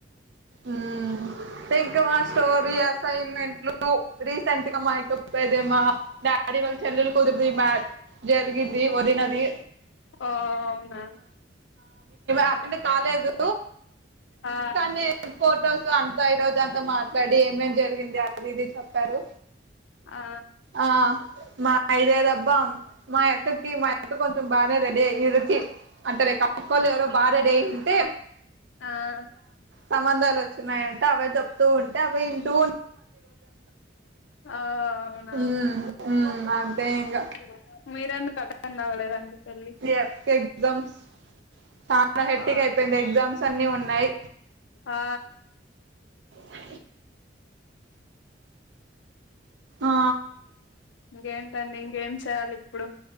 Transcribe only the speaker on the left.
ఓ అవునా
ఆ
ఆ
ఆ
అవునా
ఉ
మీరన్ అటెండ్ అవ్వలేదండి పెళ్ళి
ఆ
ఆ
ఇంకేంటండి ఇంకేం చేయాలి ఇప్పుడు